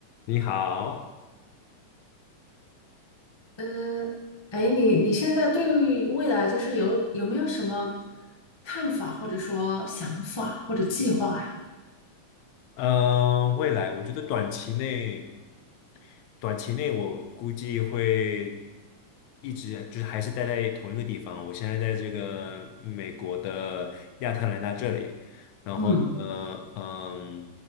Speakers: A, on the left (about 80°); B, on the left (about 45°).
A: 你好，
B: 呃，哎，你你现在对于未来就是有有没有什么看法，或者说想法或者计划呀？
A: 嗯，未来我觉得短期内，短期内我估计会一直就是还是待在同一个地方。我现在在这个美国的亚特兰大这里，然后呢，
B: 嗯
A: 嗯，